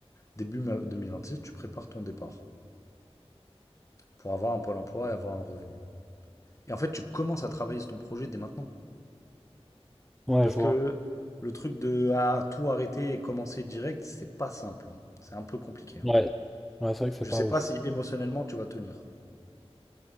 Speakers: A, on the left; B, in the centre.
A: début ma- six tu prépares ton départ pour avoir un pôle emploi et avoir un revenu. Et en fait, tu commences à travailler sur ton projet dès maintenant.
B: Ouais,
A: Parce
B: je
A: que
B: vois.
A: le truc de ah, tout arrêter et commencer direct, c'est pas simple. hein. C'est un peu compliqué. hein.
B: Ouais. Ouais, c'est vrai que c'est
A: Je
B: pas
A: sais
B: ouf.
A: pas si émotionnellement tu vas tenir.